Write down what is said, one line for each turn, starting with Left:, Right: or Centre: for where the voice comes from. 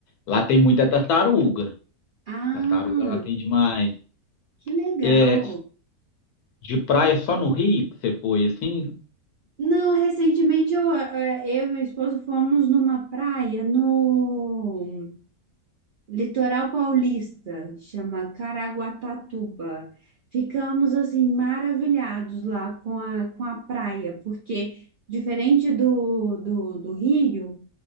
Left: Lá tem muita tartaruga.
Right: Ah.
Left: Tartaruga lá tem demais.
Right: Que legal!
Left: É, de praia só no Rio que você foi assim?
Right: Não, recentemente eu, eh, eh, eu e meu esposo fomos numa praia no litoral paulista, chama Caraguatatuba. Ficamos assim maravilhados lá com a, com a praia, porque diferente do, do, do Rio,